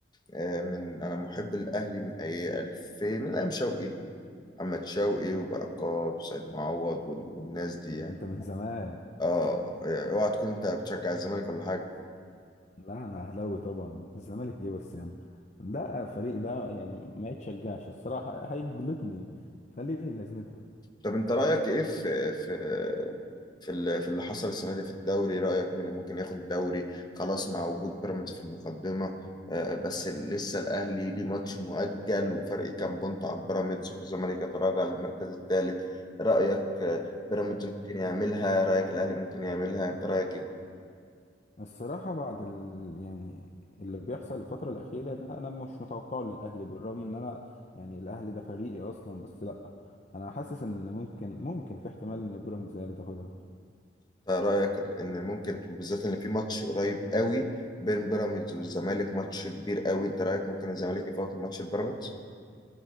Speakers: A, on the left (about 25°); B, on the left (about 40°).
A: آه من انا محب الاهلي من اي 2000 من ايام شوقي محمد شوقي وبركات وسيد معوض وال- والناس دي
B: لا
A: يعني
B: انت من زمان
A: اه آه، اوعى تكون انت بتشجع الزمالك ولا حاجه
B: لا انا اهلاوي طبعا الزمالك ايه بس يا عم ده فريق ده يعني ما يتشجعش الصراحه هيجلطني فليه لازمتها
A: طب انت رايك ايه في في في ال- في اللي حصل السنه دي في الدوري رايك مين اللي ممكن ياخد الدوري خلاص مع وجود بيراميدز في المقدمه آه، بس ال- لسه الاهلي ليه ماتش مؤجل وفرق كام بونت عن بيراميدز والزمالك يتراجع للمركز الثالث رايك آه، بيراميدز ممكن يعملها رايك الاهلي ممكن يعملها انت رايك ايه
B: الصراحه بعد ال... يعني اللي بيحصل الفتره الاخيره ده انا مش متوقعه للاهلي بالرغم ان انا يعني الاهلي ده فريقي اصلا بس لا انا حاسس ان ممكن ممكن في احتمال ان بيراميدز هي اللي تاخدها
A: انت رايك ان ممكن وبالذات ان في ماتش قريب قوي بين بيراميدز والزمالك ماتش كبير قوي انت رايك ممكن الزمالك يفوت الماتش البيراميدز